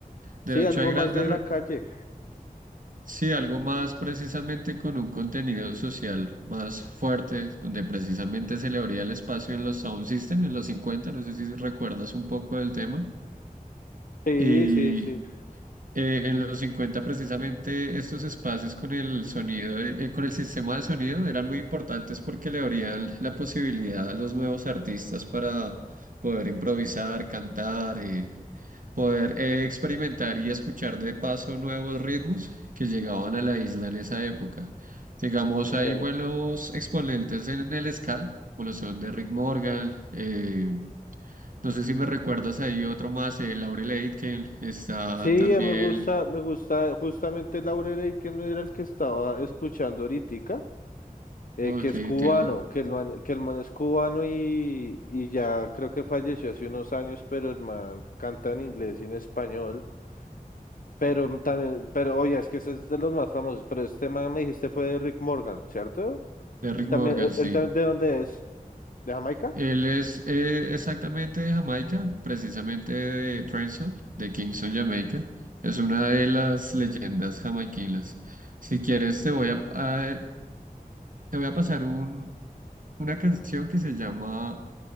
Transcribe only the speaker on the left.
Sí,
algo
más de
la calle.
Sí,
sí, sí.
Ok.
Sí,
eh, me gusta, me gusta justamente Laurel que no era el que estaba escuchando ahorita, eh,
que es
cubano, que el man, que el man es cubano y, y ya creo que falleció hace unos años, pero el man canta en inglés y en español. Pero también, pero oye, es que ese es de los más famosos, pero este man me dijiste fue de Rick Morgan, ¿cierto?
Él
también, él
él también, ¿de dónde es? ¿De Jamaica?